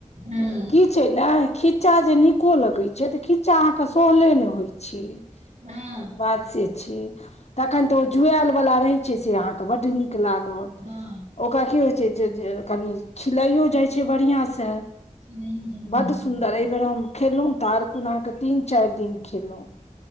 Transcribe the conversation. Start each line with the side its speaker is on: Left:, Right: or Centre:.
Right: हँ
Left: की छैय ने खीच्चा जे नीको लगै छैय तऽ खीच्चा अहाँके सोहले नहि होइ छैय।
Right: हँ
Left: बात से छैय। तखन तऽ ओ जुआयल वाला रहै छैय से अहाँके बड्ड नीक लागत
Right: हँ
Left: ओकरा की होइ छैय जे जे कनि छिलाइयो जाइ छैय बढ़ियां से
Right: चिड़ैयो जाइ छै
Left: बड
Right: बढ़िआँ
Left: सुन्दर
Right: से
Left: एहि
Right: हँ
Left: बेेर हम खेलहुं तारकुन अहाँके हम तीन चारि दिन खेलहुं।